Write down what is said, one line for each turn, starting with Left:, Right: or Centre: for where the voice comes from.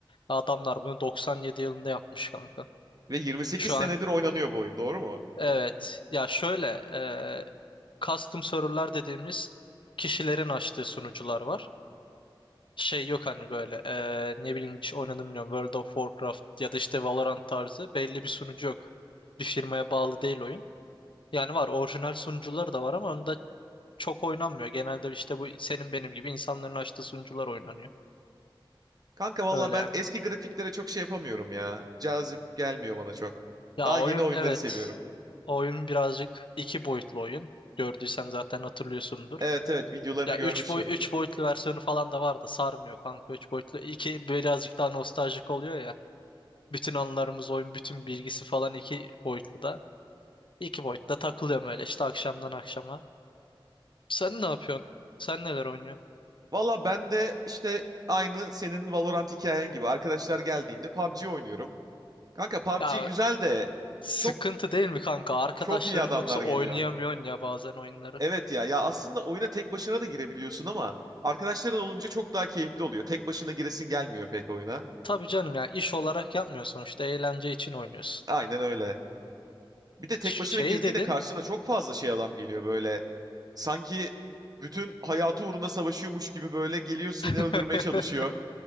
Left: Adamlar bunu 97 yılında yapmış kanka.
Right: Ve 28
Left: Şu
Right: senedir
Left: an
Right: oynanıyor bu oyun, doğru mu?
Left: evet ya şöyle e, custom server'lar dediğimiz kişilerin açtığı sunucular var. şey yok hani böyle eee, ne bileyim hiç oynadım bilmiyorum World of Warcraft ya da işte Valorant tarzı belli bir sunucu yok. Bir firmaya bağlı değil oyun. Yani var orijinal sunucuları da var ama onda çok oynanmıyor. Genelde işte bu senin benim gibi insanların açtığı sunucular oynanıyor.
Right: Kanka valla
Left: Öyle
Right: ben
Left: yani.
Right: eski grafiklere çok şey yapamıyorum ya. Cazip gelmiyor bana çok.
Left: Ya
Right: Daha yeni
Left: oyun
Right: oyunları
Left: evet.
Right: seviyorum.
Left: Oyun birazcık iki boyutlu oyun. Gördüysen zaten hatırlıyorsundur.
Right: Evet evet videolarını
Left: Ya
Right: görmüştüm.
Left: üç boy 3 boyutlu versiyonu falan da var da sarmıyor kanka 3 boyutlu. iki birazcık daha nostaljik oluyor ya. Bütün anılarımız oyun, bütün bilgisi falan iki boyutlu da. İki boyutta takılıyorum öyle işte akşamdan akşama. Sen ne yapıyorsun? Sen neler oynuyorsun?
Right: Valla ben de işte aynı senin Valorant hikayen gibi arkadaşlar geldiğinde PUBG oynuyorum. Kanka PUBG
Left: Ya
Right: güzel de
Left: sıkıntı
Right: çok
Left: değil mi kanka? Arkadaşların
Right: çok iyi adamlar
Left: yoksa oynayamıyorsun
Right: geliyor.
Left: ya bazen oyunları.
Right: Evet ya ya aslında oyuna tek başına da girebiliyorsun ama arkadaşların olunca çok daha keyifli oluyor. Tek başına giresin gelmiyor pek oyuna.
Left: Tabii canım ya iş olarak yapmıyorsun işte eğlence için oynuyorsun.
Right: Aynen öyle. Bir de tek
Left: Ç-
Right: başına
Left: Şey
Right: girdiğinde
Left: dedin.
Right: karşına çok fazla şey adam geliyor böyle. Sanki bütün hayatı uğruna savaşıyormuş gibi böyle geliyor seni
Left: <laughs>
Right: öldürmeye çalışıyor.